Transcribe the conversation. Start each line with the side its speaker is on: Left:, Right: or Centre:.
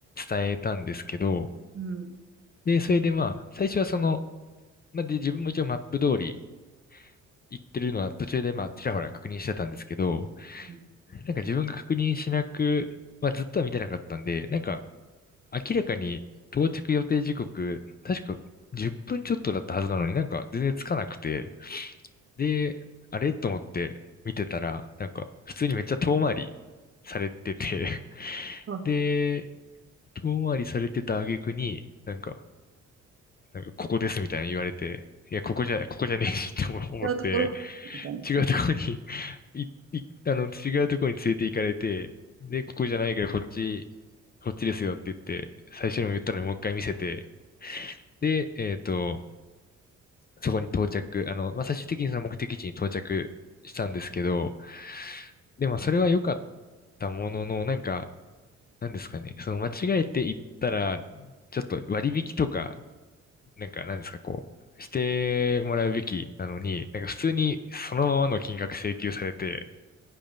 Left: 伝えたんですけど、
Right: うん
Left: で、それでまあ、最初はその、まあ、で、自分も一応マップ通り行ってるのは途中でまあ、ちらほら確認してたんですけど、
Right: うん
Left: なんか自分が確認しなく、まあ、ずっとは見てなかったんで、なんか明らかに到着予定時刻、確か10分ちょっとだったはずなのになんか全然つかなくて、で、あれと思って見てたら、なんか普通にめっちゃ遠回りされてて、<laughs>
Right: あ、
Left: で、遠回りされてた挙句に、なんか、なんかここですみたいに言われて、いや、ここじゃない、ここじゃねえしって思思って、
Right: 違うところに行ってたんですね。
Left: 違うところにい、い、あの、違うところに連れて行かれて、で、ここじゃないからこっち、こっちですよって言って、最初にも言ったのにもう一回見せて、で、えっと、そこに到着、あの、まあ、最終的にその目的地に到着したんですけど、でもそれは良かったものの、なんか、なんですかね、その間違えて行ったら、ちょっと割引とか、なんか、なんですか、こう、してもらうべきなのに、なんか普通にそのままの金額請求されて、